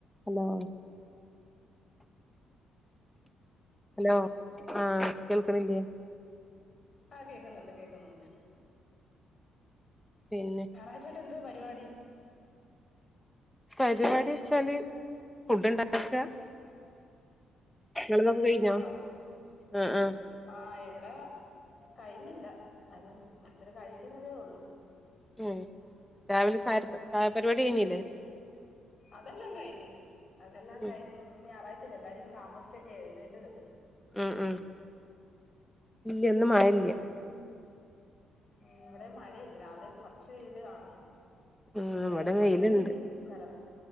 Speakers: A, in the centre; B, on the left.
A: Hello hello അഹ് കേൾക്കണില്ലയേ
B: അഹ് കേക്കുന്നുണ്ട് കേൾക്കുന്നുണ്ട്
A: പിന്നെ
B: ഞായറാഴ്ചേട്ട എന്തോ പരിപാടി
A: പരിപാടി വെച്ചാല് ഫുഡ് ഉണ്ടാക്കാ നിങ്ങൾതൊക്കെ കഴിഞ്ഞോ
B: ആണോ
A: അഹ് അഹ്
B: ആഹ് ഇവിടെ കഴിഞ്ഞില്ല അതും ഓരോരുത്തർ കഴിക്കുന്നതേ ഉള്ളൂ
A: ഉം രാവിലെ ചായ ര്പ ചായ പരിപാടി കഴിഞ്ഞില്ലേ
B: അതെല്ലാം കഴിഞ്ഞു അതെല്ലാം
A: ഉം
B: കഴിഞ്ഞു ഇന്ന് ഞായറാഴ്ചല്ലേ എല്ലാരും താമസിചോക്കെയ എഴുന്നേറ്റത്
A: ഉം ഉം ഇല്ല ന്ന് മഴല്ല
B: ഉം ഇവിടെ മഴയില്ല രാവിലെ കുറച്ച് ത് വാങ്ങുന്നുണ്ട്
A: ആഹ്
B: ചിലപ്പോ
A: ഇവിടെ വെയിലുണ്ട്
B: ഇങ്ങനെ നിക്കൂ ചില